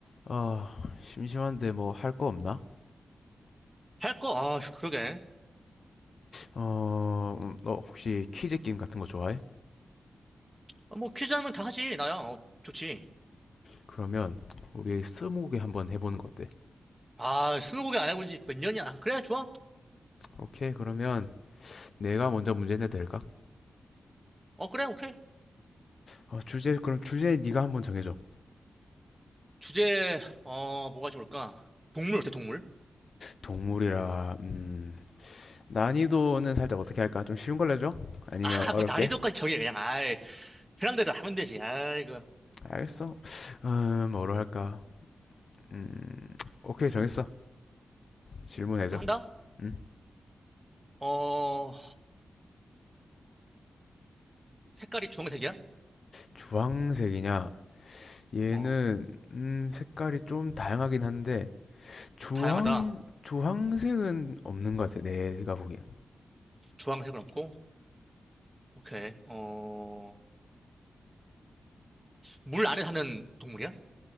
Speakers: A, on the left; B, on the right.
A: 아, 심심한데 뭐 할 거 없나?
B: 할 거? 아, 그러게.
A: 어, 음, 너 혹시 퀴즈 게임 같은 거 좋아해?
B: 어, 뭐 퀴즈 하면 다 하지, 나야. 어, 좋지.
A: 그러면 우리 스무고개 한번 해보는 거 어때?
B: 아, 스무고개 안 해본 지 몇 년이야. 그래, 좋아.
A: 오케이, 그러면 내가 먼저 문제 내도 될까?
B: 어, 그래, 오케이.
A: 어, 주제, 그럼 주제 네가 한번 정해줘.
B: 주제, 어, 뭐가 좋을까? 동물 어때, 동물?
A: 동물이라, 음, 난이도는 살짝 어떻게 할까? 좀 쉬운 걸로 줘 아니면
B: <laughs> 아,
A: 어렵게?
B: 뭐 난이도까지 정해, 그냥. 아이, 편한대로 하면 되지. 아이고.
A: 알겠어. 음, 뭐로 할까? 음, 오케이, 정했어. 질문해줘.
B: 그럼 한다?
A: 음,
B: 어, 색깔이 주황색이야?
A: 주황색이냐? 얘는,
B: 어,
A: 음, 색깔이 좀 다양하긴 한데, 주황
B: 다양하다.
A: 주황색은 없는 것 같아 내가 보기엔
B: 주황색은 없고. 오케이. 어, 물 안에 사는 동물이야?